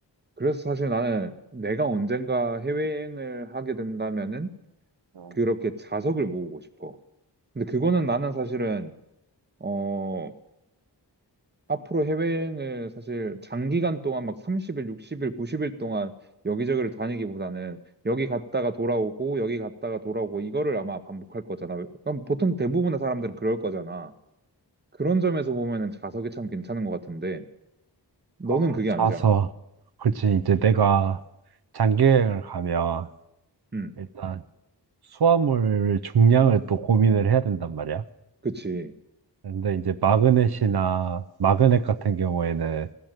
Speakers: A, on the right; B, on the right.
A: 그래서 사실 나는 내가 언젠가 해외여행을 하게 된다면은
B: 음.
A: 그렇게 자석을 모으고 싶어. 근데 그거는 나는 사실은 어 앞으로 해외여행을 사실 장기간 동안 막 30일, 60일, 90일 동안 여기저기를 다니기보다는 여기 갔다가 돌아오고 여기 갔다가 돌아오고 이거를 아마 반복할 거잖아. 그럼 보통 대부분의 사람들은 그럴 거잖아. 그런 점에서 보면은 자석이 참 괜찮은 것 같은데 너는
B: 어,
A: 그게
B: 자서.
A: 아니잖아.
B: 그렇지. 이제 내가 장기여행을 가면
A: 음,
B: 일단 수화물 중량을 또 고민을 해야 된단 말이야.
A: 그치.
B: 그런데 이제 마그넷이나 마그넷 같은 경우에는